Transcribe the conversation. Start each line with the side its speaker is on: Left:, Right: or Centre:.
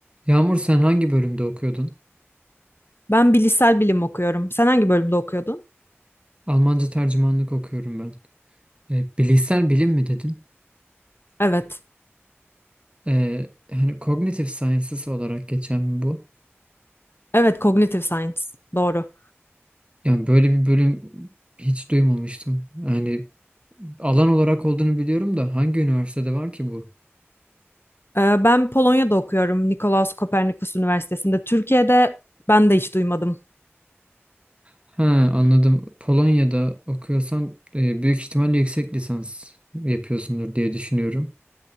Right: Yağmur sen hangi bölümde okuyordun?
Left: Ben bilişsel bilim okuyorum. Sen hangi bölümde okuyordun?
Right: Almanca tercümanlık okuyorum ben. E, bilişsel bilim mi dedin?
Left: Evet.
Right: E, hani cognitive sciences olarak geçen mi bu?
Left: Evet, Cognitive Science. Doğru.
Right: Yani böyle bir bölüm hiç duymamıştım. Yani alan olarak olduğunu biliyorum da hangi üniversitede var ki bu?
Left: Ee, ben Polonya'da okuyorum. Nikolaus Kopernikus Üniversitesi'nde. Türkiye'de ben de hiç duymadım.
Right: Ha anladım. Polonya'da okuyorsan e, büyük ihtimalle yüksek lisans yapıyorsundur diye düşünüyorum.